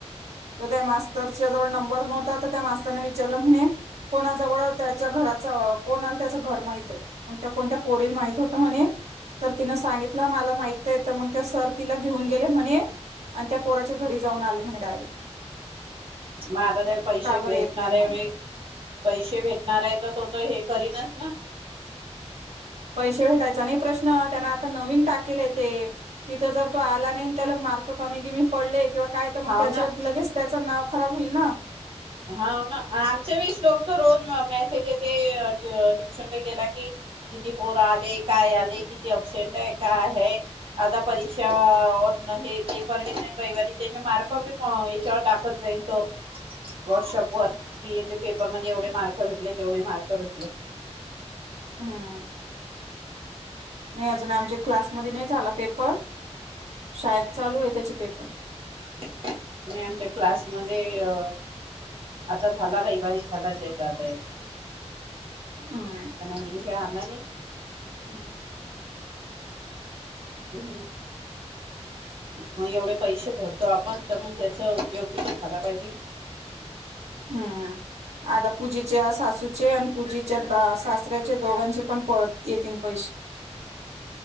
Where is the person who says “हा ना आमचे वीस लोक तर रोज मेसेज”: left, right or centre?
Right